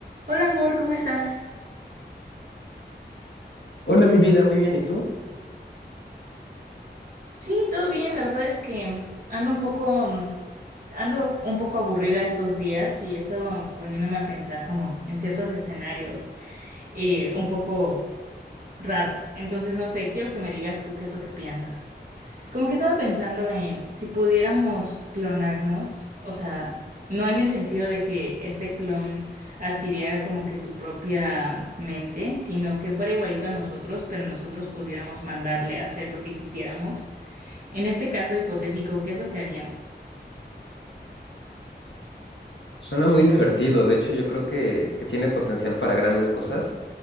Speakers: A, on the right; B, on the left.
A: Hola amor, ¿cómo estás?
B: Hola, mi vida, muy bien. ¿Y tú?
A: Sí, todo bien. La verdad es que ando un poco, mm, ando un poco aburrida estos días y he estado poniéndome a pensar como en ciertos escenarios eh, un poco raros. Entonces, no sé, quiero que me digas tú qué es lo que piensas. Como que estaba pensando en si pudiéramos clonarnos, o sea, no en el sentido de que este clon adquiriera como que su propia mente, sino que fuera igualito a nosotros, pero nosotros pudiéramos mandarle a hacer lo que quisiéramos. En este caso hipotético, ¿qué es lo que haríamos?
B: Suena muy divertido. De hecho, yo creo que, que tiene potencial para grandes cosas.